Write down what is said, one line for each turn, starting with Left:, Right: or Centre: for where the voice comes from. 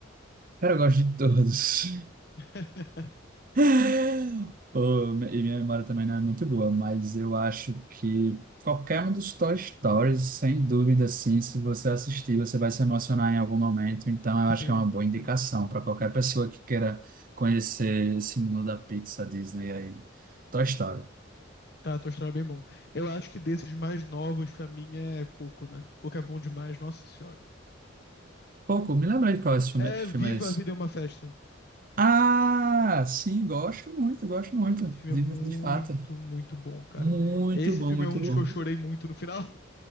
Right: cara, eu gosto de todos.
Left: <laughs>
Right: <laughs> Pô, me- e minha memória também não é muito boa, mas eu acho que qualquer um dos Toy Stories, sem dúvida, assim, se você assistir, você vai se emocionar em algum momento. Então, eu
Left: Sim,
Right: acho que é uma boa indicação
Left: sim.
Right: para qualquer pessoa que queira conhecer esse mundo da Pixar, Disney aí. Toy Story.
Left: Tá, a tua história é bem bom. Eu acho que desses mais novos, pra mim, é Coco, né? Coco é bom demais, nossa senhora.
Right: Pouco, me lembra de qual é esse filme,
Left: É
Right: que filme
Left: Viva
Right: é esse?
Left: a Vida é uma Festa.
Right: Ah, sim, gosto muito, gosto muito,
Left: Esse filme
Right: de,
Left: é muito,
Right: de fato.
Left: muito bom, cara.
Right: Muito
Left: Esse
Right: bom,
Left: filme
Right: muito
Left: é um dos
Right: bom.
Left: que eu chorei muito no final. <laughs>